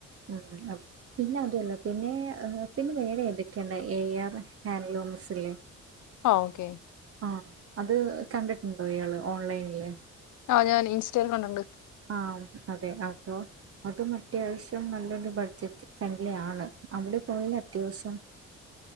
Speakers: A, on the right; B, on the left.
A: ഉം ആഹ് പിന്നെ അതുല്ല പിന്നെ ഏഹ് പിന്നെ വേറെ ഏതൊക്കെയണ്ട് എ ആർ ഹാൻഡ്ലൂംസ് ല്ലെ
B: ആഹ് ഓക്കേ
A: ആഹ് അത് കണ്ടിട്ടുണ്ടോ ഇയാള് ഓൺലൈനില്
B: ആഹ് ഞാൻ ഇൻസ്റ്റയിൽ കണ്ടിണ്ട്
A: ആഹ് അതെ അപ്പോ അതും അത്യാവശ്യം നല്ലൊരു ബഡ്ജറ്റ് ഫ്രണ്ട്ലി ആണ് അവിടെ പോയൽ അത്യാവശ്യം